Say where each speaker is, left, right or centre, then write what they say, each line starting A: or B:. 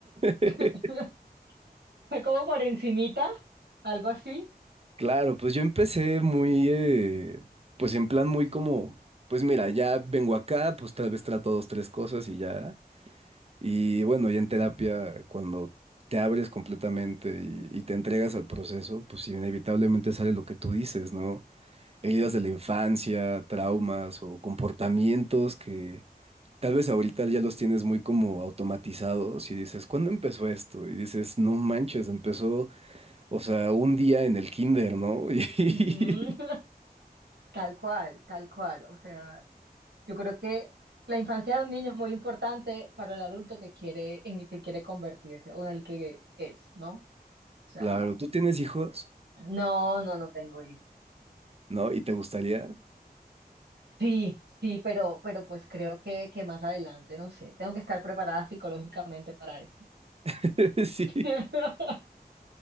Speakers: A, on the right; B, on the right.
A: <laughs>
B: <laughs> fue como por encimita, algo así.
A: Claro, pues yo empecé muy, eh, pues en plan muy como, pues mira, ya vengo acá, pues tal vez trato dos, tres cosas y ya. Y bueno, ya en terapia, cuando te abres completamente y, y te entregas al proceso, pues inevitablemente sale lo que tú dices, ¿no? Heridas
B: Sí.
A: de la infancia, traumas o comportamientos que Tal vez ahorita ya los tienes muy como automatizados y dices, ¿cuándo empezó esto? Y dices, no manches, empezó, o sea, un día en el kinder, ¿no? <laughs> Y
B: Ujú. <laughs> Tal cual, tal cual, o sea, Yo creo que la infancia de un niño es muy importante para el adulto que quiere, en el que quiere convertirse o en el que es, ¿no? O sea,
A: claro, ¿tú tienes hijos?
B: no, no, no tengo hijos.
A: ¿No? ¿Y te gustaría?
B: Sí, sí, pero, pero pues creo que, que más adelante, no sé, tengo que estar preparada psicológicamente para eso.
A: <laughs> Sí.
B: <laughs>